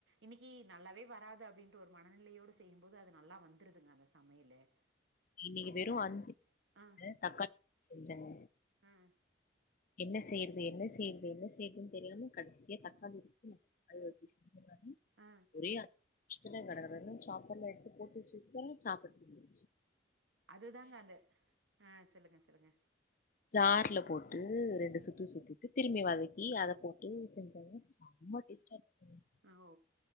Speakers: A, on the right; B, on the left.
A: இன்னைக்கு நல்லாவே வராது அப்டின்ற ஒரு மனநிலையோடு செய்யும்போது அது நல்லா வந்துருதுங்க அந்த சமையலு
B: இன்னைக்கு
A: நல்லா
B: வெறு அஞ்சு
A: ஆ
B: தக்காளி செஞ்சங்க
A: ஆ
B: என்ன செய்யறது என்ன செய்யறது என்ன செய்றதுன்னு தெரியாம கடைசியா தக்காளி இருக்கு அது வச்சி செஞ்ச நானு
A: ஆ
B: அப்டியே அஞ்சு நிமிஷத்துல கட கடன்னு சாப்பாடுல எடுத்து போட்டு சுத்தறே சாப்பாடு தீந்து போச்சு
A: அதுதாங்க அது அ சொல்லுங்க சொல்லுங்க
B: ஜார்ல போட்டு ரெண்டு சுத்து சுத்திட்டு திரும்பி வதக்கி அத போட்டு செஞ்சாங்க செம்ம டேஸ்டா இருந்துதுங்க
A: ம் ஓ